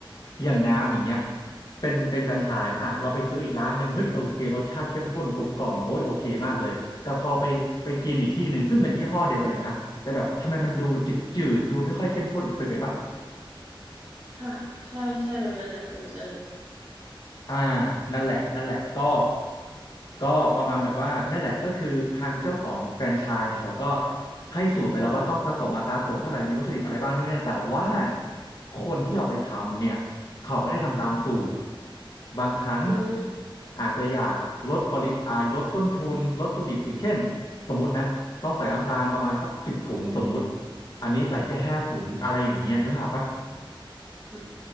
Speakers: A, on the left (about 50°); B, on the right (about 20°).
A: อย่างน้ำอย่างเงี้ยเป็นเป็นแฟรนไชส์อ่ะเราไปซื้ออีกร้านหนึ่งเฮ้ยโอเครสชาติเข้มข้นกลมกล่อมโอ้ยโอเคมากเลยแต่พอไปไปกินอีกที่หนึ่งซึ่งเป็นยี่ห้อเดียวกันเลยนะแต่แบบทำไมมันดูจืดจืดดูไม่ค่อยเข้มข้นเคยเป็นปะ
B: ค่ะใช่ใช่แบบนั้นนะเคยเจอ
A: อ่านั่นแหละนั่นแหละก็ก็ประมาณแบบว่านั่นแหละก็คือทางเจ้าของแฟรนไชส์เนี่ยเขาก็ให้สูตรไปแล้วว่าต้องผสมอัตราส่วนเท่าไหร่มีวัตถุดิบอะไรบ้างด้วยเนี่ยแต่ว่าคนที่เอาไปทำเนี่ยเขาไม่ได้ทำตามสูตร บางครั้ง
B: อืม
A: อาจจะอยากลดปริอ่าลดต้นทุนลดวัตถุดิบอย่างเช่นสมมตินะต้องใส่น้ำตาลประมาณสักสิบถุงสมมุติอันนี้ใส่แค่ห้าถุงอะไรอย่างเงี้ยนึกภาพปะ
B: อื